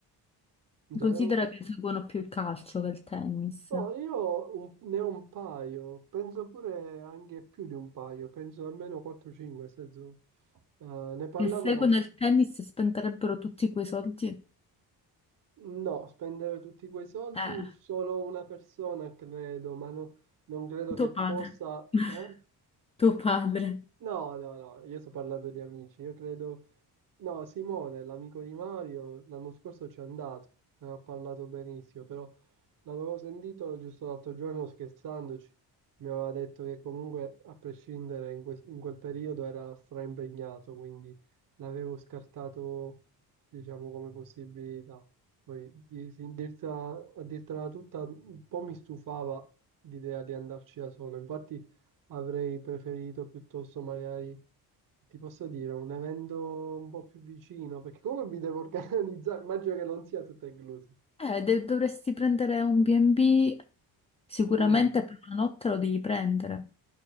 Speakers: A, on the right (about 55°); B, on the left (about 15°).
A: Zero?
B: Considera che seguono più il calcio che il tennis.
A: No, io un- ne ho un paio, penso pure anche più di un paio, penso almeno 4-5, nel senso, eh, ne parlavo
B: Se seguono
A: la...
B: il tennis spenderebbero tutti quei soldi.
A: No, spendere tutti quei soldi
B: Eh,
A: solo una persona, credo, ma no- non credo che
B: tuo
A: possa...
B: padre. <laughs>
A: Eh?
B: Tuo padre.
A: No, no, no, io sto parlando di amici, io credo No, Simone, l'amico di Mario, l'anno scorso ci è andato, ne ha parlato benissimo, però L'avevo sentito giusto l'altro giorno scherzandoci, mi aveva detto che comunque a prescindere in, que- in quel periodo era straimpegnato, quindi l'avevo scartato diciamo come possibilità. Poi di- sin- dirtela- a dirtela tutta un po' mi stufava l'idea di andarci da solo, infatti avrei preferito piuttosto magari, ti posso dire, un evento un po' più vicino, perché comunque mi devo <laughs> organizzare, immagino che non sia tutto incluso.
B: Eh, de- dovresti prendere un B&B, sicuramente
A: Mm.
B: per una notte lo devi prendere.